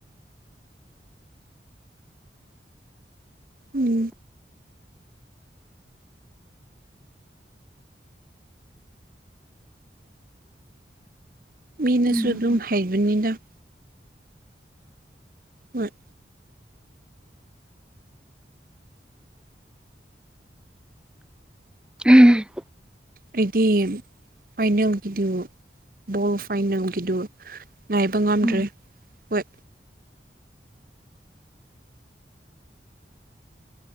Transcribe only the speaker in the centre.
ꯎꯝ
ꯎꯝ
ꯍꯣꯏ